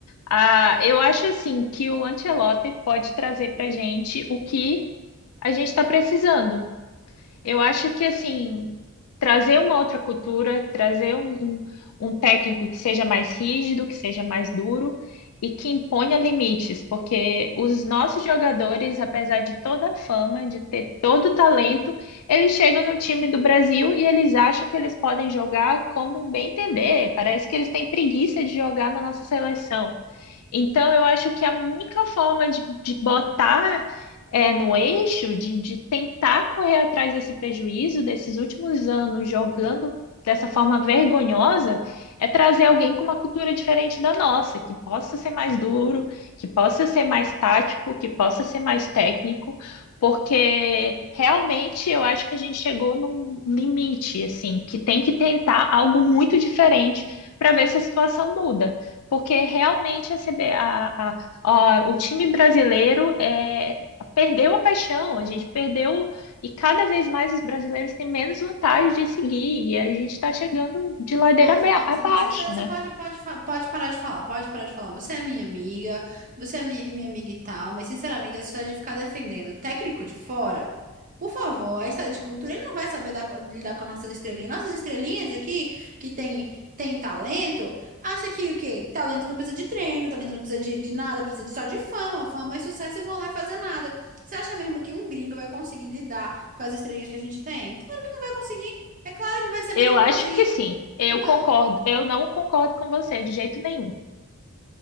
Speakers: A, on the left; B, on the right.
A: Ah, eu acho assim que o Ancelotti pode trazer para gente o que a gente está precisando, Eu acho que assim, trazer uma outra cultura, trazer um, um, um técnico que seja mais rígido, que seja mais duro e que imponha limites, porque os nossos jogadores, apesar de toda a fama, de ter todo o talento, eles chegam no time do Brasil e eles acham que eles podem jogar como bem entender. Parece que eles têm preguiça de jogar na nossa seleção. Então, eu acho que a única forma de, de botar é, no eixo, de, de tentar correr atrás desse prejuízo, desses últimos anos jogando dessa forma vergonhosa, é trazer alguém com uma cultura diferente da nossa, que possa ser mais duro, que possa ser mais tático, que possa ser mais técnico, porque realmente eu acho que a gente chegou num limite, assim, que tem que tentar algo muito diferente para ver se a situação muda. Porque realmente a CB a- a- a- o time brasileiro é, perdeu a paixão, a gente perdeu, e cada vez mais os brasileiros têm menos vontade de seguir, e a gente está chegando de ladeira
B: Nossa,
A: abe-
B: nossa,
A: abaixo,
B: nossa. Você você
A: né?
B: pode, pode, fa- pode parar de falar, pode parar de falar. Você é minha amiga, você é minha, minha amiga e tal, mas sinceramente, essa história de ficar defendendo o técnico de fora, por favor, a história de cultura, ele não vai saber dar co- lidar com as nossas estrelinhas. Nossas estrelinhas aqui, que tem, tem talento, acha que o quê? Talento não precisa de treino, talento não precisa de, de nada, precisa de- só de fama, fama e sucesso e vão lá e fazer nada. Você acha mesmo que um gringo vai conseguir lidar com as estrelinhas que a gente tem? Claro que não vai conseguir. É claro, ele não vai saber
A: Eu
B: nem pra
A: acho
B: onde ir.
A: que sim, eu
B: Ah, não.
A: concordo, eu não concordo com você de jeito nenhum.